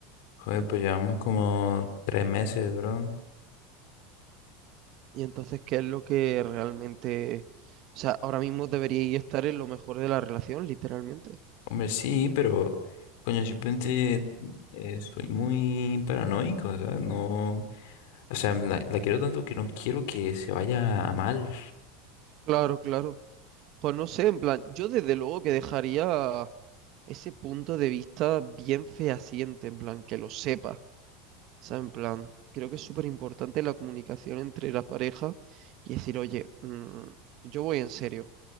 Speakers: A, on the left; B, on the right.
A: joder, pues llevamos como tres meses, bro.
B: Y entonces, ¿qué es lo que realmente, o sea, ahora mismo deberíais estar en lo mejor de la relación, literalmente?
A: Hombre, sí, pero coño, simplemente eh, soy muy paranoico, o sea, no, o sea,
B: Mm.
A: la, la quiero tanto que no quiero que se vaya a mal.
B: Claro, claro. Pues no sé, en plan, yo desde luego que dejaría ese punto de vista bien fehaciente, en plan, que lo sepa. O sea, en plan, creo que es súper importante la comunicación entre la pareja y decir, oye, mm, yo voy en serio.